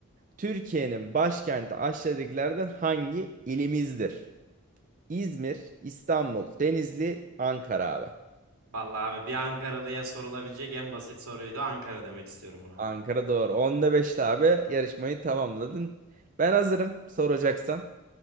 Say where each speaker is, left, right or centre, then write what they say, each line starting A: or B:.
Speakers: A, on the right; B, on the right.
A: Türkiye'nin başkenti aşağıdakilerden hangi ilimizdir? İzmir, İstanbul, Denizli, Ankara abi.
B: Vallahi abi bir Ankaralıya sorulabilecek en basit soruydu. Ankara demek istiyorum buna.
A: Ankara doğru. Onda beşte abi yarışmayı tamamladın. Ben hazırım soracaksan.